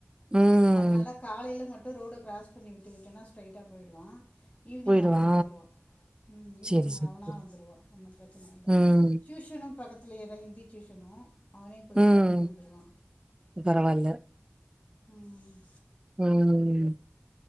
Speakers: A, on the right; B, on the left.
A: ம்.
B: அதனால காலைல மட்டு ரோட கிராஸ் பண்ணி விட்டு விட்டனா ஸ்ட்ரைட்டா போயிடுவா ஈவினிங்
A: போயிடுவா
B: அவன் ஆ வந்துருவா ம் ஈவினிங்
A: சேரி சேரி
B: அவனா
A: சேரி
B: வந்துருவா ஒன்னு பிரச்சன இல்ல
A: ம்
B: டியூஷனு பக்கத்து லே ஹிந்தி டியூஷனு அவனே போய்ட்டு
A: ம்
B: அவனே வந்துருவா
A: பரவால்ல
B: ம்
A: ம்